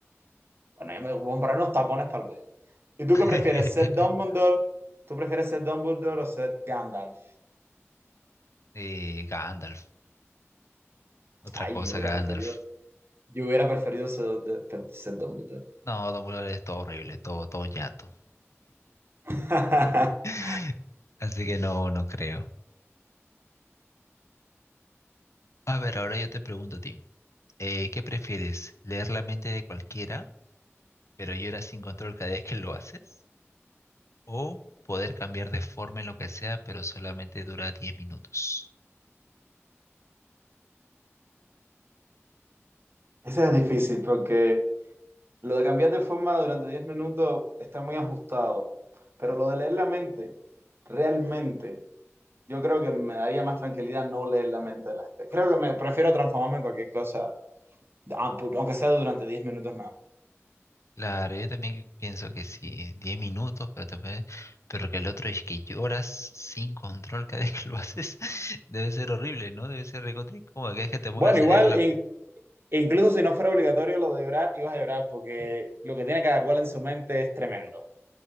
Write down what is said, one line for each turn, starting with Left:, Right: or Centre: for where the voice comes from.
Right: Bueno, yo me voy a comprar unos tapones para los días. ¿Y tú
Left: <laughs>
Right: qué prefieres, ser Dumbledore? ¿Tú prefieres ser Dumbledore o ser Gandalf?
Left: Eh, Gandalf, otra
Right: Ay,
Left: cosa,
Right: yo hubiera
Left: Gandalf.
Right: preferido, yo hubiera preferido ser, ser Dumbledore.
Left: No, Dumbledore es todo horrible, todo, todo ñato.
Right: <laughs>
Left: <laughs> Así que no, no creo. A ver, ahora yo te pregunto a ti, eh, ¿qué prefieres? ¿Leer la mente de cualquiera, pero lloras sin control cada vez que lo haces? O poder cambiar de forma en lo que sea, pero solamente dura 10 minutos.
Right: Eso es difícil porque lo de cambiar de forma durante 10 minutos está muy ajustado, pero lo de leer la mente, realmente. Yo creo que me daría más tranquilidad no leer la mente de la gente. Creo que me prefiero transformarme en cualquier cosa, a- pu- aunque sea durante 10 minutos nada. más.
Left: Claro, yo también pienso que sí, 10 minutos, pero, te puede- pero que el otro es que lloras sin control cada <laughs> vez que lo haces, <laughs> debe ser horrible, ¿no? Debe ser recontra incómodo, que es que te pongan
Right: Bueno,
Left: salir
Right: igual,
Left: la...
Right: in- incluso si no fuera obligatorio lo de llorar, ibas a llorar porque lo que tiene cada cual en su mente es tremendo.